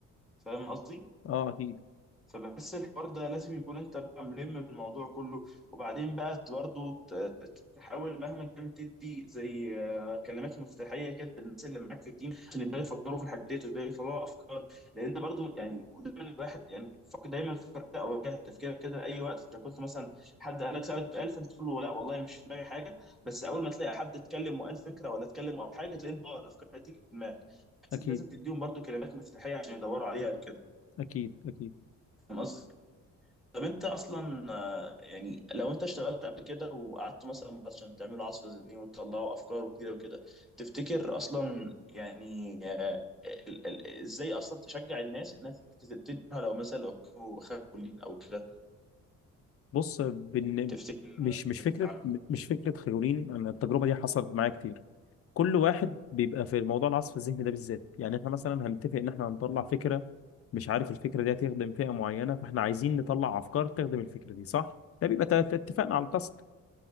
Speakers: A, in the centre; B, on the left (about 50°).
A: فاهم قصدي
B: اه اكيد
A: فبحس الحوار ده لازم يكون انت بقى ملم بالموضوع كله وبعدين بقى برضه تحاول مهما كان تدي زي آه، كلمات مفتاحيه كده للناس اللي معاك في التيم عشان يبداوا يفكروا في الحاجات ديت ويبداوا يطلعوا افكار لان برضه يعني ودايما الواحد يعني فك- دايما فكر كده او واجه تفكير كده اي وقت انت كنت مثلا حد قال لك سألك سؤال فانت تقول له لا والله مش في دماغي حاجه بس اول ما تلاقي حد اتكلم وقال فكره ولا اتكلم او حاجه تلاقي ان اه الافكار هتيجي في دماغك بس
B: اكيد
A: انت لازم تديهم برضه كلمات مفتاحيه عشان يدوروا عليها وكده
B: اكيد اكيد
A: فاهم قصدي؟ طب انت اصلا آه، يعني لو انت اشتغلت قبل كده وقعدت مثلا عشان تعملوا عصف ذهني وتطلعوا افكار وكده وكده تفتكر اصلا يعني آه، ال- ال- ازاي اصلا تشجع الناس انها تت- تبتديها لو مثلا لو كانوا خافوا ليه او كده
B: بص بن...
A: تفتكر اللي
B: مش
A: ممكن
B: مش فكره
A: يتعمل
B: مش فكره خلولين انا التجربه دي حصلت معايا كتير كل واحد بيبقى في موضوع العصف الذهني ده بالذات يعني احنا مثلا هنتفق ان احنا هنطلع فكره مش عارف الفكره دي هتخدم فئه معينه فاحنا عايزين نطلع افكار تخدم الفكره دي صح ده بيبقى ت- ت- اتفقنا على التاسك